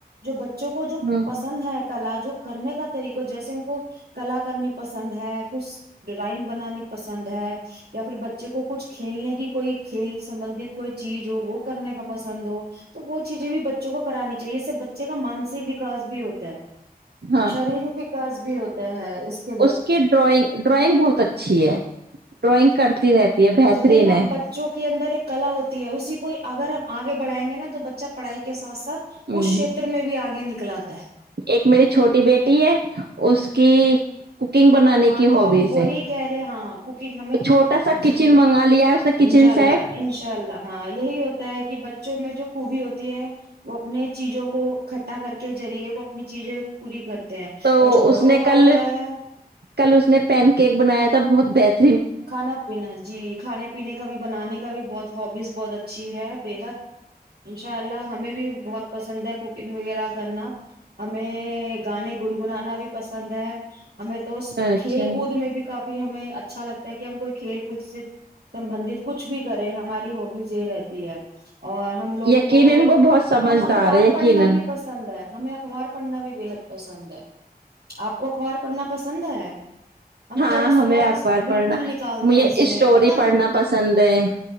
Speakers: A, on the right (about 70°); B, on the right (about 85°).
A: جو بچوں کو جو
B: ہ
A: پسند ہے کلا جو۔ کرنے کا طریقہ جیسے ہم کو کلا کرنی پسند ہے کچھ ڈرائنگ بنانی۔ پسند ہے یا پھر بچے کو کچھ کھیلنے کی کوئی کھیل سبندت کوئی چیز ہو وہ کرنے کا پسند ہو تو وہ چیزیں بھی بچوں کو کرانی چاہیے اس سے بچے کا مانسک وکاس بھی ہوتا ہے۔
B: ہاں
A: شاریرک وکاس بھی ہوتا ہے کے
B: اس کی ڈرائنگ ڈرائنگ بہت اچھی ہے۔ ڈرائنگ کرتی رہتی۔ ہے بہترین
A: وہی نا
B: ہے
A: بچوں کے اندر ایک۔ کلا ہوتی ہے اسی کو اگر ہم آگے بڑائیں گے نا تو بچہ پڑھائی کے۔ ساتھ ساتھ
B: یوہ
A: اس شیتر میں بھی آگے نکلاتا ہے
B: ایک میری چھوٹی بیٹی ہے اس کی۔ <inaudible> بنانے
A: ہاں
B: کی ہابیز
A: تو ہم وہی
B: ہے
A: کہہ رہے ہاں کوکنگ ہمیں
B: چھوٹا سا کچن
A: جی
B: منگا لیا ہے اس نے کچن
A: انشاء اللہ
B: سیٹ
A: انشاء اللہ ہاں یہی ہوتا ہے کہ بچوں میں جو۔ خوبی ہوتی ہے وہ اپنے چیزوں کو اکٹھا کر کے ذریعے وہ اپنی چیزیں پوری کر۔ اور
B: تو
A: جو بڑوں
B: اس نے
A: کا
B: کل
A: ہوتا ہے۔
B: کل اس نے پین کیک بنایا تھا بہت بیسٹ۔
A: کھانا پینا جی کھانے پینے کا بھی بنانے۔ بھی بہت ہابیز بہت اچھی ہے بےحد انشاء اللہ ہمیں بھی بہت پسند ہے کوکنگ وغیرہ۔ کرنا ہمیں گانے۔ گنگنا بھی پسند ہے۔ پسند ہے ہمیں تو
B: اچھا
A: کھیل کود میں بھی کافی۔ ہمیں اچھا لگتا۔ تا کہ ہم کوی کھیل۔ سے سبندھت کچھ بھی کرے ہماری۔ جے رہتی ہے اور ہم لوگ
B: یقینا
A: تو
B: وہ بہت سمجھدار
A: ہم اخبار
B: ہے یقینا
A: پڑھنا بھی پسند ہے۔ ہمیں اخبار پڑھنا بھی بےحد پسند ہے آپ کو اخبار پڑھنا۔ پسند ہے ہم
B: ہاں
A: تھوڑا صبح
B: ہمیں اخبار
A: بالکل۔
B: پڑھنا
A: نکالتے
B: مجھے
A: ہیں سمے
B: اسٹوری
A: پتہ
B: پڑھنا پسند ہے۔